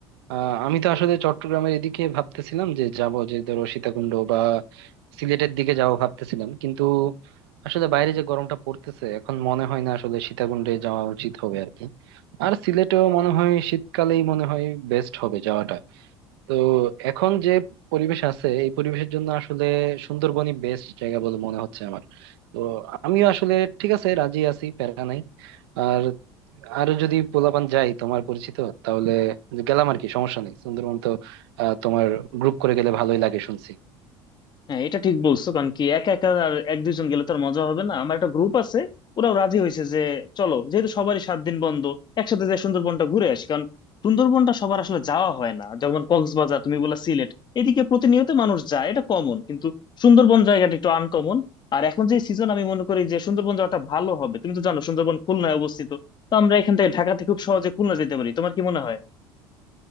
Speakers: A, on the right (about 65°); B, on the left (about 30°).
A: আহ, আমি তো আসলে চট্টগ্রামের এদিকে ভাবতেছিলাম যে যাব যে ধরো সীতাকুণ্ড বা সিলেটের দিকে যাব ভাবতেছিলাম কিন্তু আসলে বাইরে যে গরমটা পড়তেছে এখন মনে হয় না আসলে সীতাকুণ্ডে যাওয়া উচিত হবে আর কি আর সিলেটেও মনে হয় শীতকালেই মনে হয় বেস্ট হবে যাওয়াটা তো এখন যে পরিবেশ আছে এই পরিবেশের জন্য আসলে সুন্দরবনই বেস্ট জায়গা বলে মনে হচ্ছে আমার তো আমিও আসলে ঠিক আছে রাজি আছি প্যারা নাই আর আরো যদি পোলাপান যাই তোমার পরিচিত তাহলে গেলাম আর কি সমস্যা নেই সুন্দরবন তো আহ, তোমার গ্রুপ করে গেলে ভালোই লাগে শুনছি
B: হ্যাঁ এটা ঠিক বলছো কারণ কি একা একা আর এক দুজন গেলে তো আর মজা হবে না আমার একটা গ্রুপ আছে ওরাও রাজি হয়েছে যে চলো যেহেতু সবারই সাত দিন বন্ধ একসাথে যে সুন্দরবনটা ঘুরে আসি কারণ সুন্দরবনটা সবার আসলে যাওয়া হয় না যেমন কক্সবাজার তুমি বললা সিলেট এদিকে প্রতিনিয়ত মানুষ যায় এটা কমন কিন্তু সুন্দরবন জায়গাটা একটু আনকমন আর এখন যে সিজন আমি মনে করি যে সুন্দরবন যাওয়াটা ভালো হবে তুমি তো জানো সুন্দরবন খুলনায় অবস্থিত তো আমরা এখান থেকে ঢাকা থেকে খুব সহজে খুলনা যেতে পারি তোমার কি মনে হয়